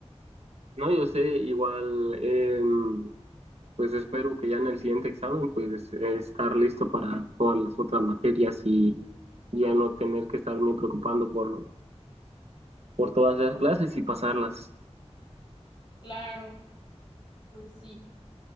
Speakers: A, on the right (about 65°); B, on the left (about 45°).
A: no, yo sé, igual, em, pues espero que ya en el siguiente examen, pues eh, estar listo para todas las otras materias y ya no tener que estarme preocupando por, por todas esas clases y pasarlas.
B: Claro, pues sí.